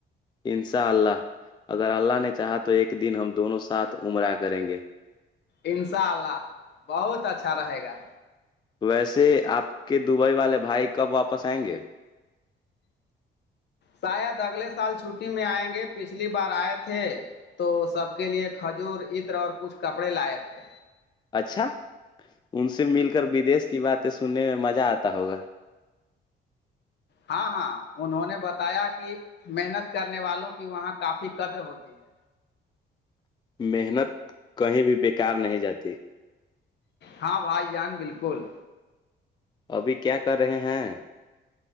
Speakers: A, on the left; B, on the left.
A: ان شاء اللہ اگر اللہ نے چاہا تو ایک دن ہم دونوں ساتھ عمرہ کریں گے
B: ان شاء اللہ بہت اچھا رہے گا
A: ویسے آپ کے دبئی والے بھائی کب واپس آئیں گے
B: شاید اگلے سال چھٹی میں آئیں گے پچھلی بار آئے تھے تو سب کے لیے کھجور عتر اور کچھ کپڑے لائے تھے
A: اچھا ان سے مل کر بدیش کی باتیں سننے میں مزہ آتا ہوگا
B: ہاں ہاں انہوں نے بتایا کہ محنت کرنے والوں کی وہاں کافی قدر ہوتی ہے
A: محنت کہیں بھی بیکار نہیں جاتی
B: ہاں بھائی جان بالکل
A: ابھی کیا کر رہے ہیں